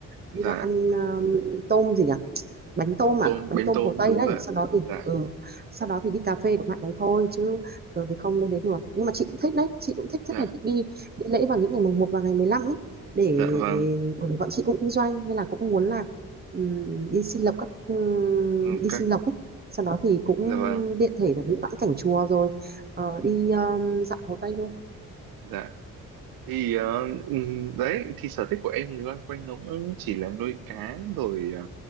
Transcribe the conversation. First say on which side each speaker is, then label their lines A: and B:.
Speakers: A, on the right; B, on the right.
A: dạ
B: đi vào ăn ờ, tôm gì nhỉ bánh tôm
A: tôm
B: à bánh
A: bánh
B: tôm
A: tôm
B: Hồ Tây
A: đúng
B: đấy
A: rồi ạ.
B: sau đó thì
A: dạ
B: ừ, sau đó thì đi cà phê của bạn đấy thôi chứ thường thì không lên đấy được nhưng mà chị cũng thích đấy chị cũng thích rất
A: dạ
B: là thích đi đi lễ vào những ngày mùng một và ngày 15 ấy để
A: dạ vâng
B: bởi vì bọn chị cũng kinh doanh nên là cũng muốn là ừm, đi xin lộc các ừm,
A: ok
B: đi xin lộc ấy sau đó thì cũng
A: dạ vâng
B: tiện thể là đi vãn cảnh chùa rồi ờ, đi ừm, dạo Hồ Tây thôi
A: dạ thì ờ, ừm, đấy thì sở thích của em thì loanh quanh nó cũng chỉ là nuôi cá rồi ờ,